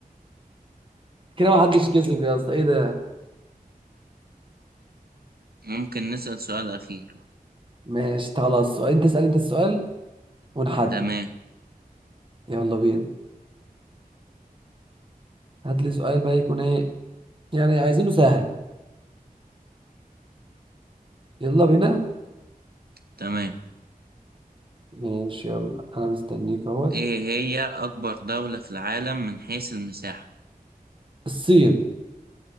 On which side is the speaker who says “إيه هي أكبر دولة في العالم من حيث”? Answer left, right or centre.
Right